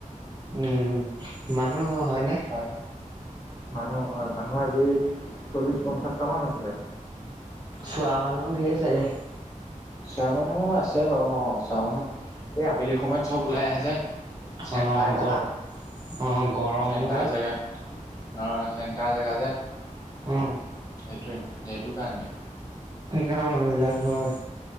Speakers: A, on the right (about 30°); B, on the left (about 25°).
A: উম মানুহ হয় ন।
B: তাত মানুহ হয় মানুহ আজি চল্লিছ পঞ্চাছটামান হৈছিলে।
A: চোৱা মানুহো ঢেৰ চাগে।
B: চোৱা মানুহো আছে বাৰু অ, চোৱা মানুহ এই আবেলি সময়ত চব ওলাই আহে যে। চেণ্টাৰ
A: অ
B: ইলাকা,
A: গৰ অ গৰমো
B: চেণ্টাৰ
A: যে
B: জেগা, অ চেন টাৰ জেগা যে সেইটোৱে
A: অ
B: সেইটো কাৰণে।
A: সেইকাৰণে মানুহবিলাক হয়।